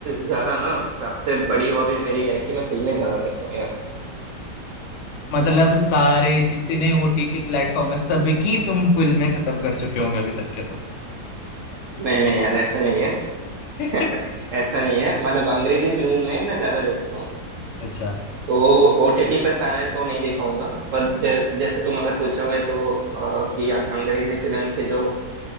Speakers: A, on the right; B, on the left.
A: ज्यादा ना सबसे बड़ी हॉबी मेरी है कि मैं फिल्में ज्यादा देखता हूँ यार
B: मतलब सारे जितने ओटीटी प्लेटफॉर्म है सबकी तुम फिल्में खत्म कर चुके होंगे अभी तक के तो
A: नहीं नहीं यार ऐसा नहीं है
B: <laughs>
A: <laughs> ऐसा नहीं है मतलब अंग्रेजी फिल्म में मैं ज्यादा देखता हूँ
B: अच्छा
A: तो ओटीटी पे सारे तो नहीं देखाऊंगा पर जै, जैसे तुम अगर पूछोगे तो अ, कि अं- अंग्रेजी फिल्म के जो